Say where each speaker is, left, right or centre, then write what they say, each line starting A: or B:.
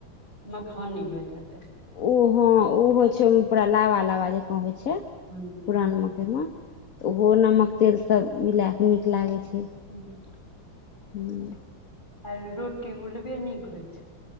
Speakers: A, on the left; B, on the left.
A: मखानी होइत हेतै।
B: ओहोँ ओ होइ छै ओहिमे पूरा लावा लाबा जँकाँ होइ छै
A: हूँ
B: पुरान
A: हूँ
B: मकइमे। तऽ ओहो नमक तेलसभ मिला कऽ नीक लागै छै।
A: हुं।
B: हुं।
A: आर रोटी उलबे नीक होय छै।